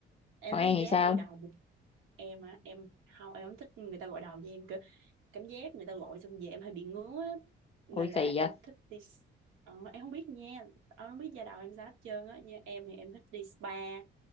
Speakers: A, on the right; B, on the left.
A: em
B: còn
A: thấy
B: em thì
A: giá
B: sao
A: gội đầu một em á em không em không thích người ta gội đầu với em kiểu cảm giác người ta gội xong về em hay bị ngứa á. nên
B: ôi
A: là
B: kỳ
A: em
B: vậy
A: thích đi s- ờ, em không biết nha em không biết da đầu em sao hết trơn á như em thì em thích đi spa